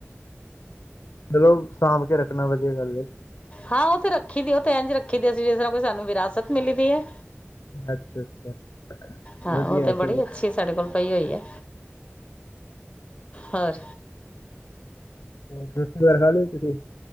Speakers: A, on the left; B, on the left.
A: ਚਲੋ, ਸਾਂਭ ਕੇ ਰੱਖਣਾ ਵਧੀਆ ਗੱਲ ਏ।
B: ਹਾਂ ਉਹ ਤੇ ਰੱਖੀ ਦੀ ਉਹ ਤੇ ਇੰਝ ਰੱਖੀ ਦੀ ਅਸੀ ਜਿਸ ਨਾਲ ਕੋਈ ਸਾਨੂੰ ਵਿਰਾਸਤ ਮਿਲੀ ਦੀ ਹੈ
A: ਅੱਛਾ-ਅੱਛਾ,
B: ਹਾਂ
A: ਵਧੀਆ
B: ਉਹ ਤੇ ਬੜੀ
A: ਚਲੋ।
B: ਅੱਛੀ ਸਾਡੇ ਕੋਲ ਪਈ ਹੋਈ ਹੈ। ਹੋਰ
A: ਹੋਰ ਰੋਟੀ ਵਗੈਰਾ ਖਾ ਲਈ ਤੁਸੀਂ